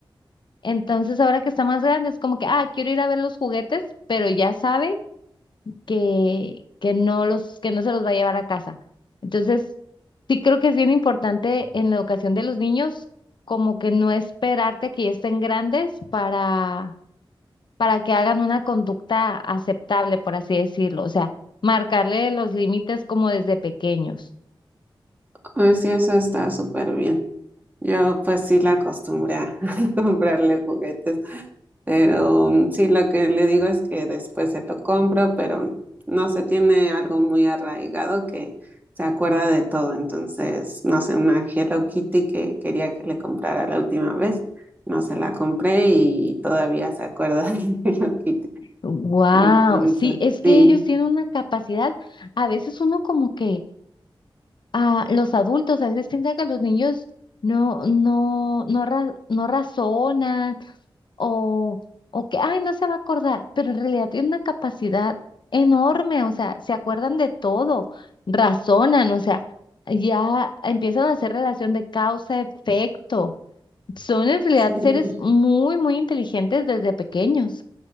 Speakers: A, on the left; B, on the right.
A: Entonces, ahora que está más grande, es como que, ah, quiero ir a ver los juguetes, pero ya sabe que, que no los, que no se los va a llevar a casa. Entonces, sí creo que es bien importante en la educación de los niños, como que no esperarte que ya estén grandes para, para que hagan una conducta aceptable, por así decirlo. O sea, marcarle los límites como desde pequeños.
B: Pues sí, eso está súper bien. Yo pues sí la acostumbré a <laughs> comprarle juguetes, pero mm, sí lo que le digo es que después se lo compro, pero no se tiene algo muy arraigado que se acuerda de todo. Entonces, no sé, una Hello Kitty que quería que le comprara la última vez, no se la compré y todavía se acuerda <laughs> de Hello Kitty.
A: Wow,
B: Entonces,
A: sí, es
B: sí,
A: que ellos tienen una capacidad, a veces uno como que a los adultos a veces piensan que los niños no, no, no, ra- no razonan o, o que, ay, no se va a acordar, pero en realidad tienen una capacidad enorme, o sea, se acuerdan de todo, razonan, o sea, ya empiezan a hacer relación de causa-efecto. Son en realidad
B: sí.
A: seres muy, muy inteligentes desde pequeños.